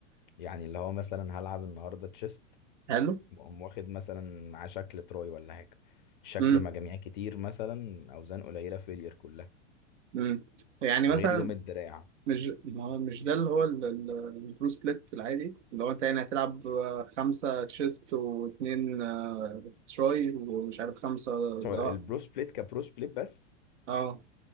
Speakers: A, on the left; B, on the right.
A: يعني اللي هو مثلا هلعب النهاردة تشيست
B: حلو
A: وأقوم واخد مثلا مع شكل تروي ولا حاجة شكل
B: امم
A: مجاميع كتير مثلا أوزان قليلة فيلير كلها
B: امم يعني مثلا
A: غير يوم الدراع
B: مش ما هو مش ده اللي هو ال- ال- البرو سبليت العادي اللي هو انت يعني هتلعب آه، خمسة تشيست واتنين آه، تراي ومش عارف خمسة
A: سواء
B: اه
A: البرو سبليت كبرو سبليت بس
B: اه